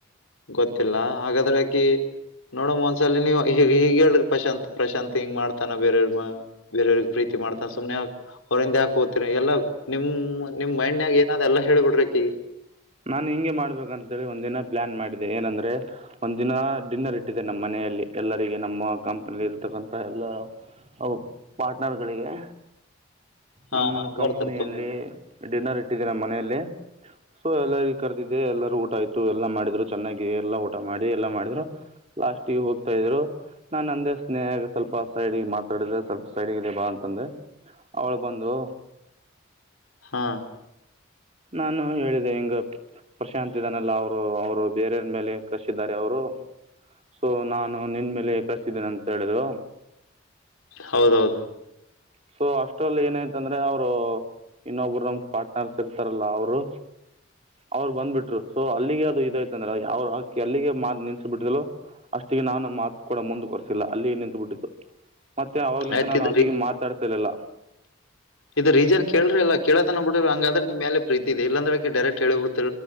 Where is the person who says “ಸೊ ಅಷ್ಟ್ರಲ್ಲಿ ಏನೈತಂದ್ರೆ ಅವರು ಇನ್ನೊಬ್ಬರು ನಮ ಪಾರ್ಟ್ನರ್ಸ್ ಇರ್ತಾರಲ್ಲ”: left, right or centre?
Right